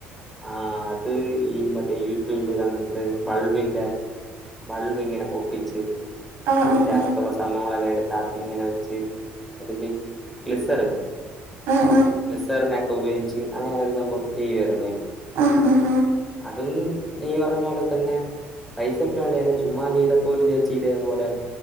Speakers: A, in the centre; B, on the right.
A: ആഹ് അത്ഈമറ്റേ യൂറ്റൂബില്കണ്ട്ട്ട് ബൾബിന്റെ ബൾബ് ഇങ്ങനെപൊട്ടിച്ച്
B: ആഹ്
A: അതിന്റെ
B: ആഹ്
A: അക
B: ആഹ്
A: ത്തുള്ളസമ്മോളൊല്ലാംഎടുത്ത്അകത് ഇങ്ങനെവെച്ച് അതിന്റെഗ്ലിസറ്
B: ആഹ് ആഹ്
A: ലിസർനൊക്ക ഉപയോഗിച്ചിങ് അങ്ങനെ ഒരുസംഭവം ചെയ്യായിരുന്നേ ഞാൻ
B: ആഹആഹ്ആഹ്
A: അതും നീപറഞ്ഞപോലെതന്നെ പൈസക്കയാളിലെ ചുമ്മാചെയ്തപ്പോ ഒരുചേച്ചിതേപോലെ